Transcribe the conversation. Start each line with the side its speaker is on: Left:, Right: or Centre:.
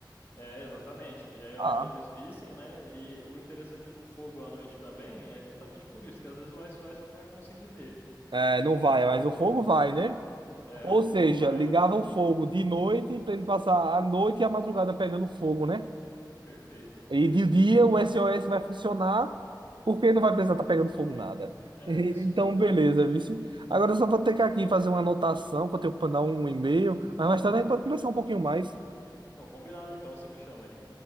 Left: É, exatamente. E aí, a
Right: Ah.
Left: hora que eles vissem, né? E o interessante do fogo à noite também é justamente por isso, que às vezes o SOS não vai conseguir ver,
Right: É, não
Left: entendeu?
Right: vai, mas o fogo vai, né?
Left: É,
Right: Ou
Left: o fogo
Right: seja,
Left: vai.
Right: ligava o fogo de noite para ele passar a noite e a madrugada pegando fogo, né?
Left: Perfeito.
Right: E
Left: É
Right: de
Left: isso
Right: dia
Left: mesmo.
Right: o S O S vai funcionar porque não vai precisar estar pegando fogo nada. <laughs>
Left: É
Right: Então,
Left: isso mesmo.
Right: beleza, vice. Agora eu só vou ter que aqui fazer uma anotação, que eu tenho que mandar um e-mail, mas mais tarde a gente pode conversar um pouquinho mais.
Left: Não, combinado então, você me chama aí.